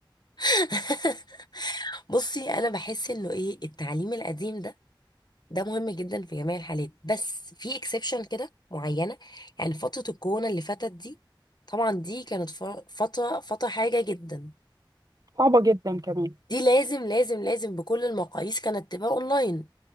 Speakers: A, on the left; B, on the right.
A: <laughs> بصي انا بحس انه ايه التعليم القديم ده ده مهم جدا في جميع الحالات بس في اكسبشن كده معينه يعني فتره الكورونا اللي فاتت دي طبعا دي كانت ف- فتره فتره حاجه جدا
B: صعبه جدا كمان
A: دي لازم لازم لازم بكل المقاييس كانت تبقى اونلاين